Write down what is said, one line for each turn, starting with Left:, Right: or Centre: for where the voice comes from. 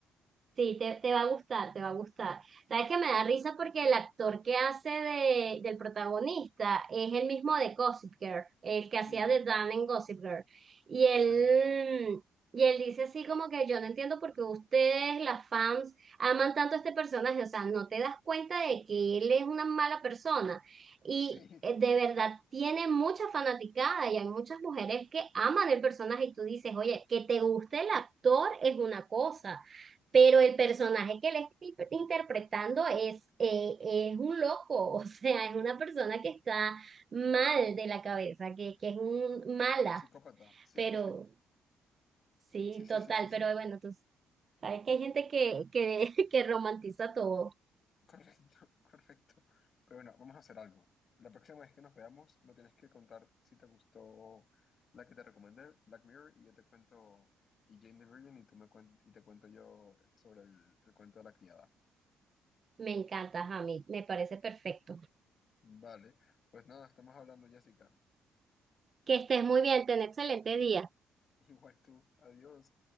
Right: Sí, te, te va a gustar, te va a gustar. Sabes que me da risa porque el actor que hace de, del protagonista es el mismo de Gossip Girl, el que
Left: Sí,
Right: hacía de Dan en Gossip Girl. Y
Left: sí.
Right: él,
Left: <laughs>
Right: y él dice así como que yo no entiendo por qué ustedes, las fans, aman tanto a este personaje. O sea, no te das cuenta de que él es una mala persona. Y
Left: Sí,
Right: eh, de verdad tiene mucha fanaticada y hay muchas mujeres que aman el personaje y tú dices, oye, que te guste el actor es una cosa pero el personaje que él está interpretando es, eh, es un loco, <laughs> o sea, es una persona que está mal de la cabeza, que, que es un mala,
Left: psicópata. Sí,
Right: pero
Left: sí, sí.
Right: sí,
Left: Sí, sí,
Right: total,
Left: sí, sí, sí.
Right: pero bueno, tú sabes que hay gente que, que, <laughs> que romantiza todo.
Left: Correcto, <laughs> correcto. Pero bueno, vamos a hacer algo. La próxima vez que nos veamos, me tienes que contar si te gustó la que te recomendé, Black Mirror, y yo te cuento, y Jane the Virgin, y tú me cuen- y te cuento yo sobre el, el cuento de la criada.
Right: Me encanta, Jamie, me parece perfecto.
Left: Vale, pues nada, estamos hablando, Jessica.
Right: Que estés muy bien, ten excelente día.
Left: <laughs> Igual tú, adiós.